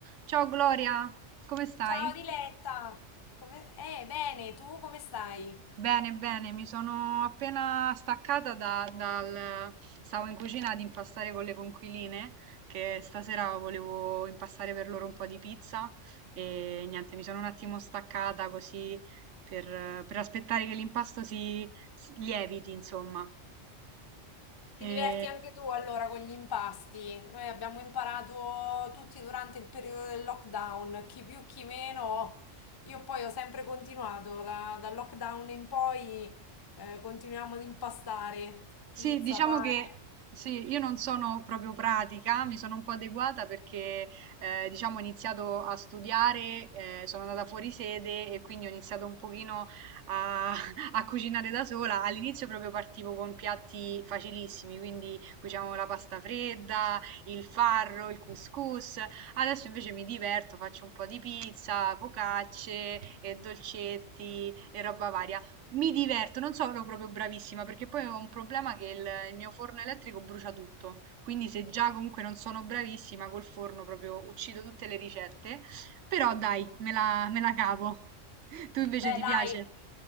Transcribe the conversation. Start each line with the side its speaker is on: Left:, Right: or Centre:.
Right: Ciao Gloria, come stai?
Left: Ciao Diletta, come... Eh, bene, tu come stai?
Right: Bene, bene, mi sono appena staccata da- dal... Stavo in cucina ad impastare con le conquiline, che stasera volevo impastare per loro un po' di pizza e niente, mi sono un attimo staccata così per, per aspettare che l'impasto si, si lieviti, insomma.
Left: Ti
Right: E
Left: diverti anche tu allora con gli impasti? Noi abbiamo imparato tutti durante il periodo del lockdown, chi più chi meno. Io poi ho sempre continuato, da- dal lockdown in poi eh, continuiamo ad impastare
Right: Sì,
Left: pizza,
Right: diciamo
Left: pane.
Right: che sì, io non sono proprio pratica, mi sono un po' adeguata perché eh, diciamo ho iniziato a studiare, eh, sono andata fuori sede e quindi ho iniziato un pochino a, <laughs> a cucinare da sola. All'inizio proprio partivo con piatti facilissimi, quindi cucinavo la pasta fredda, il farro, il couscous. Adesso invece mi diverto, faccio un po' di pizza, focacce e dolcetti e roba varia. Mi diverto, non sono proprio bravissima perché poi ho un problema che il, il mio forno elettrico brucia tutto, quindi se già comunque non sono bravissima col forno proprio uccido tutte le ricette, però dai, me la, me la cavo. <laughs> Tu invece
Left: Beh,
Right: ti
Left: dai,
Right: piace?